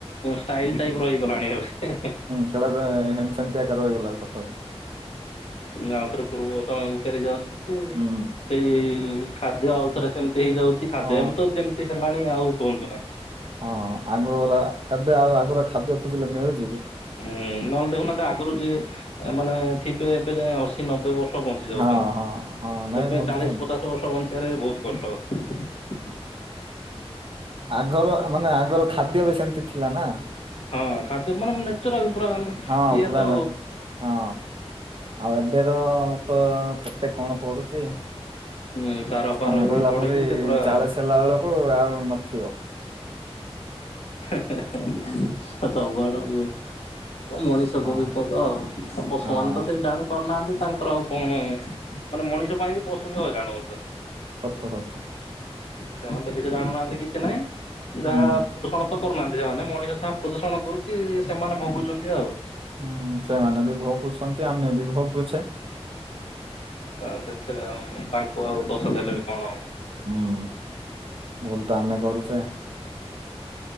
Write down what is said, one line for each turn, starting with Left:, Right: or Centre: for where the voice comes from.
Left: ଷ୍ଟାଇଲ ଟାଇପର ହେଇଗଲାଣି ଏବେ
Right: ସେଇଗୁଡ଼ା ସେତବଳେ ହେମସେମିତି ଆକାରରେ ରହିଲା ସତରେ
Left: ଆଉଥରେ ପୂର୍ବକାଳକୁ ଫେରି ଯାଅନ୍ତୁ,
Right: ହୁଁ।
Left: ସେଇ ଏଇ ଖାଦ୍ୟ ଆଉଥରେ ସେମତି ହେଇଯାଉଛି ଖାଦ୍ୟ
Right: ହଁ
Left: ଏବେତ ଯେମିତି ହେଲାଣି ଆଉ କୁହନ୍ତୁ ନାହିଁ
Right: ହଁ ଆଗରା ଏବେ ଆଉ ଆଗର ଖାଦ୍ୟ ଖୋଜିଲେ ମିଳୁଛିକି?
Left: ହୁଁ ନହେଲେ ଦେଖୁନାହାନ୍ତି, ଆଗରୁଯିଏ ମାନେ ଥିବେ ଏବେଯାଏ ଅଶୀ ନବେ ବର୍ଷ ବଞ୍ଚି ଯାଉଛନ୍ତି,
Right: ହଁ ହଁ ହଁ ନାଇଁ
Left: ଏବେ
Right: ବଞ୍ଚୁଛନ୍ତି
Left: ଚାଳିଶ ପଚାଶ ବର୍ଷ ବଞ୍ଚିବାରେ ବହୁତ କଷ୍ଟ କଥା
Right: ଆଗର ମାନେ ଆଗର ଖାଦ୍ୟବି ସେମିତି ଥିଲାନା
Left: ହଁ ଖାଦ୍ୟ ମାନେ ନେଚୁ ରାଲ ପୁରା
Right: ହଁ
Left: ଇଏତ
Right: ପୁରା ନ ହଁ ଆଉ ଏବେର ତ କେତେ କଣ ପଡୁଛି?
Left: ହୁଁ ସାର ଫାର
Right: ତମେ କହିଲା
Left: ଇଏ ପଡିକି
Right: ପରି
Left: ସେ ପୁରା
Right: ଚାଳିଶି ହେଲାବେଳକୁ ଆଉ ନଥିବ
Left: ହେ-ହେ-ହେ ସ ସବୁଆଡକୁ ତ ମଣିଷକୁ
Right: ହଁ
Left: ବିପଦ ଆଉ ପଶୁମାନେତ
Right: ହଁ।
Left: ସେ ଜାଣିପାରୁନାହାନ୍ତି, ତାଙ୍କର ଆଉ କଣ ମାନେ ମଣିଷ ପାଇଁ ପଶୁବି ହଇରାଣ ହଉଛନ୍ତି।
Right: ସତ ସତ
Left: ସେମାନେ ତ କିଛି ଜାଣୁନାହାନ୍ତି, କିଛି ନାହିଁ
Right: ହୁଁ
Left: ଯାହା ପୋଷଣ ତ କରୁନାହାନ୍ତି ସେମାନେ ମଣିଷ ତାହା ପ୍ରଦୂଷଣ କରୁଛି, ସେମାନେ ଭୋଗୁଛନ୍ତି ଆଉ
Right: ହୁଁ ସେମାନେ ବି ଭୋଗୁଛନ୍ତି, ଆମେବି ଭୋଗୁଛେ
Left: ଆଉ ସେଥିରେଆଉ, ତାଙ୍କୁ ଆଉ ଦୋଷ ଦେଲେବି କଣ
Right: ହୁଁ ଭୁଲତ ଆମେ କରୁଛେ